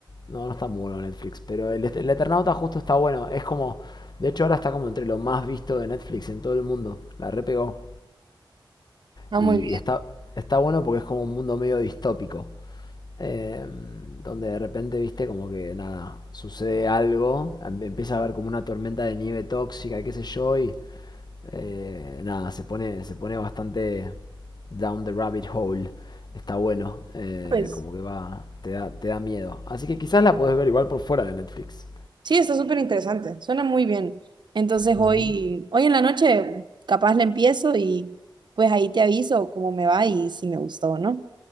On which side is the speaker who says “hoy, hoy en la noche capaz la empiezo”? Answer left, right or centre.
Right